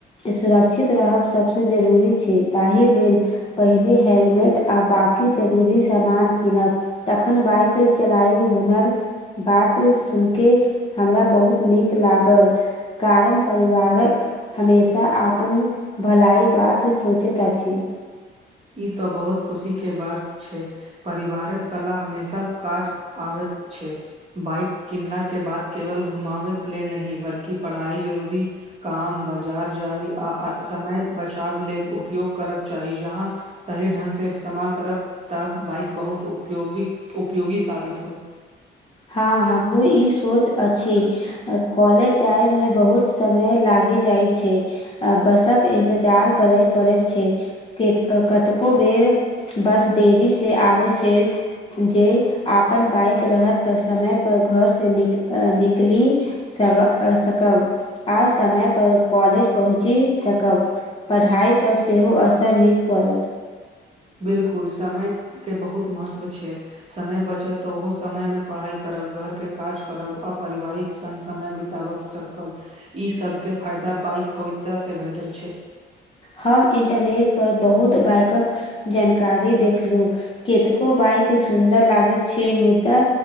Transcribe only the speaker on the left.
सुरक्षित रहब सभसँ जरूरी छै ताहि लैल पहिने हेलमेट आ बाकी जरूरी सामान किनब तखन बाइक चलाय हुनर बात सुन के हमरा बहुत नीक लागल कारण परिबार हमेशा आपन भलाई बात सोचैत अछि
हँ हमरो ई सोच अछि कॉलेज जाय मे बहुत समय लागि जाइ छै बसक इन्तजार करै पड़ैत छै के कतको बेर बस देरी से आबै छै जे अपन बाइक रहत तऽ समय पर घर से न निकली सकब आ समय पर कॉलेज पहुँची सकब पढ़ाइप सेहो असर निक पड़त
हम इंटरनेट पर बहुत बाइकक जानकारी देखलू केतको बाइक सुन्दर लागैत छै मुदा